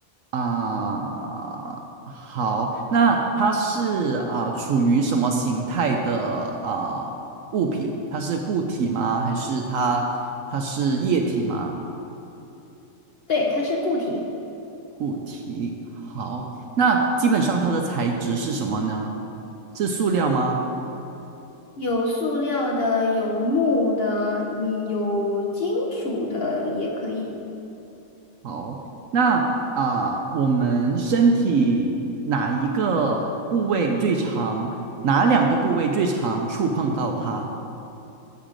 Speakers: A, on the right; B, on the left.
A: 啊，好，那它是啊，处于什么形态的啊物品？它是固体吗？还是它它是液体吗？
B: 对，它是固体，
A: 固体。好，那基本上它的材质是什么呢？是塑料吗？
B: 有塑料的，有木的，嗯，有金属的也可以。
A: 好，那啊，我们身体哪一个部位最长？哪两个部位最长？触碰到它？